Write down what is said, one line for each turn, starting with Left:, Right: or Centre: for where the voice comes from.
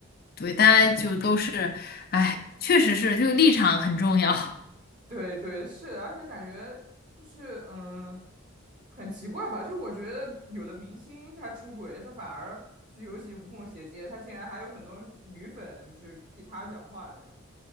Left: 对，大家就都是，哎，确实是，就立场很重要，
Right: 对对是的而且感觉就是嗯，很奇怪吧？就我觉得有的明星他出轨，他反而就尤其无缝衔接，他竟然还有很多女粉就是替他讲话这样，